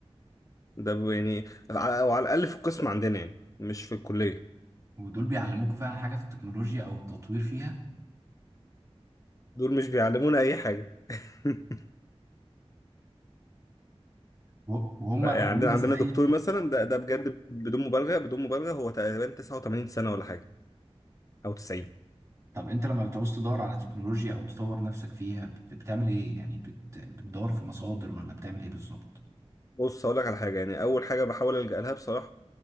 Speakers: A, on the left; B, on the right.
A: ده ب- يعني على- أو على الأقل في القسم عندنا يعني مش في الكلية
B: ودول بيعلموكوا فعلا حاجة في التكنولوجيا او التطوير فيها
A: دول مش بيعلمونا أي حاجة <laughs>
B: و- وهم
A: يعني
B: وهم
A: عندنا عندنا
B: ازاي
A: دكتور مثلا ده ده بجد بدون مبالغة بدون مبالغة هو تقريبا 89 سنة ولا حاجة أو 90
B: طب انت لما بتعوز تدور على تكنولوجيا او تطور نفسك فيها بت- بتعمل ايه يعني بت... بتدور في مصادر ولا بتعمل ايه بالظبط
A: بص هقول لك على حاجة يعني أول حاجة بحاول ألجأ لها بصراحة